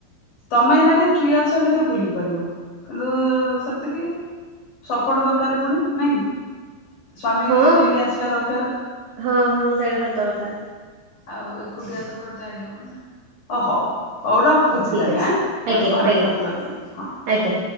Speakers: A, on the left; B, on the right.
A: ତମେ ଏଇନା ଟିକେ ଫ୍ରି ଅଛ ହେଲେ ଟିକେ ବୁଲି ପାରିବ କିନ୍ତୁ ସେତିକି ସପୋର୍ଟ ଦରକାର ପୁଣି ନାଇଁ କି ସ୍ଵାମୀ
B: ହଁ
A: ନେଇକି ଆସିବା ଦରକାର।
B: ହଁ ହଁ ସେଇଟା ସତ କଥା।
A: ଆଉ ଏକୁଟିଆ ତ କୁଆଡେ ଯାଇ ହବନି ନା। ଓ ହଉ ହଉ ରଖୁଛି
B: ଠିକ୍
A: ତାହେଲେ
B: ଅଛି
A: ଆଁ ପୁଣି
B: ଆଜ୍ଞା
A: ପରେ
B: ଆଜ୍ଞା
A: ଫୋନ କରିବି ହଁ।
B: ଆଜ୍ଞା